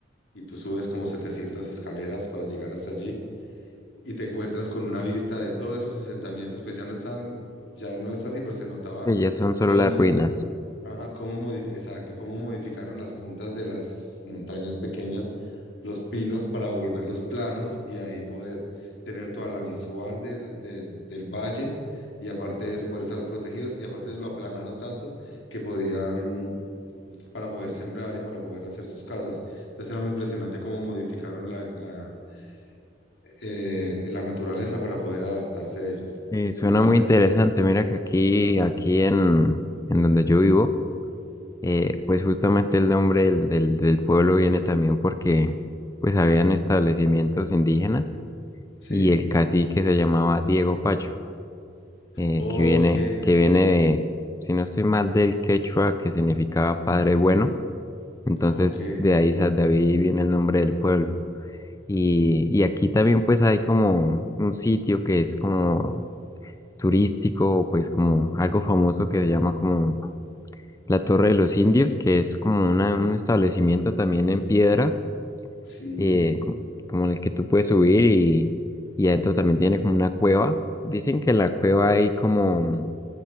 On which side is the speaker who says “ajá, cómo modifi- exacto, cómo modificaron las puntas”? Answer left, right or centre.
Left